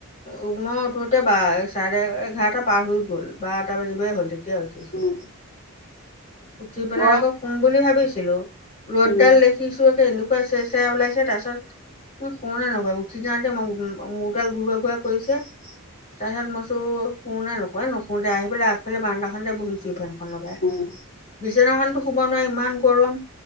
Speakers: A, on the left; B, on the left.
A: উম, মই উঠোঁতে বা চাৰে এঘাৰটা পাৰ হৈ গ'ল বাৰটা বাজিবই হ'ল তেতিয়া উঠিছোঁ।
B: উম
A: উঠি পেলাই
B: মই
A: আকৌ শুম বুলি ভাবিছিলোঁ ৰ'দ
B: উম
A: ডাল দেখিছো একে এনেকোৱা চেৰ চেৰাই ওলাইছে তাৰপিছত মই শোৱা নগল উঠি যাওঁতে মোৰ ডাল ঘূৰোৱা ঘূৰোৱা কৰিছে তাৰপিছত মইছো শু নে নুশু এ নুশু দে আহি পেলাই আগ ফিলে বাৰাণ্ডাখনতে বহিছো ফেনখন লগাই।
B: উম,
A: বিচনাখনতো শুব নোৱাৰি ইমান গৰম